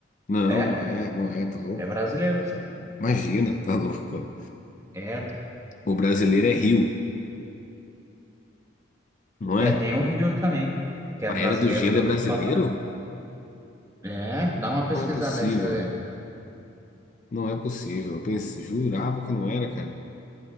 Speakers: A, on the left (about 40°); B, on the right (about 15°).
A: Não,
B: É,
A: não é, não é, tá louco?
B: é brasileiro, sabe?
A: Imagina, tá louco.
B: É,
A: O brasileiro é Rio, não
B: é,
A: é?
B: tem o Rio também, que é
A: A
B: brasileiro
A: Era do Gelo
B: do,
A: é brasileiro?
B: do Papai. É, dá uma pesquisada
A: Não é possível,
B: aí, você vai ver. <laughs>
A: não é possível. Eu pensei, jurava que não era, cara.